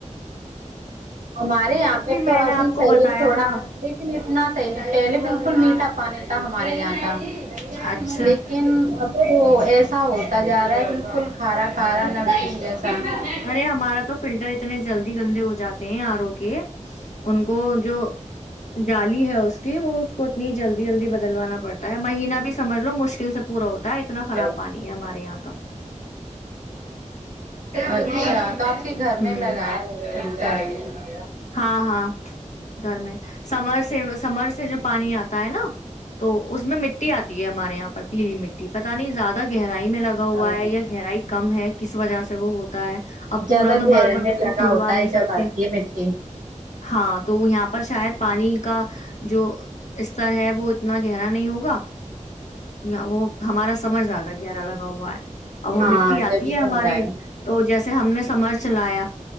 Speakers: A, on the right; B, on the left.
A: ہمارے یہاں پہ تو
B: میں نے
A: ابھی
B: آپ کو
A: صحیح
B: بتایا
A: ہے تھوڑا
B: تھا
A: لیکن نہ صحیح نہیں پہلے بالکل میٹھا پانی تھا ہمارے یہاں کا
B: اچھا
A: لیکن اب <unintelligible> تو ایسا ہوتا جا رہا ہے بالکل کھارا <unintelligible> ہارا نمک جیسا <unintelligible>
B: ارے ہمارا تو فلٹر اتنے جلدی گندے <unintelligible> ہو جاتے ہیں آر ا کے <unintelligible> ان کو جو جالی ہے اس کی وہ <unintelligible> اتنی جلدی جلدی ب <unintelligible> ڈلوانا پڑتا ہے مہینہ بھی سجھ لو مشکل <unintelligible> س پورا ہوتا <unintelligible>
A: <inaudible>
B: خراب پانی ہے ہمارے یہاں کا
A: اچھا د <unintelligible> کے گھر
B: ہوں
A: میں لگائےیا <unintelligible> چاہے <unintelligible>
B: ہاں ہاں گھر میں سمر سے سمر سے جو پانی آتا ہے نا تو اس میں مٹی آتی ہے ہمارے یہاں پر پیلی مٹی پتا نہیں زیادہ گہرنا میں لگا ہوا
A: اچھا
B: ہے یا گہرائی کم ہے <unintelligible> کس وجہ سے وہ ہوتا ہے <unintelligible> پورا
A: زیادہ
B: تو
A: گہر
B: بار بار
A: میں
B: اس
A: لگا
B: کو کھودوا
A: ہوتا
B: نہیں
A: ہے
B: سکتے
A: جب آتی ہے م
B: ہاں تو یہاں پر شاید پانی کا جو استر ہے وہ اتنا گہرا نہیں ہوگا <unintelligible> وہ ہمارا سمجھ زیاد ہے گہرا لگا ہوا ہے اور وہ
A: ہاں
B: مٹی آتی
A: جبھی
B: ہے ہمارے
A: تو ہو رہا
B: تو جیسے ہم نے سمجھ چلایا <unintelligible>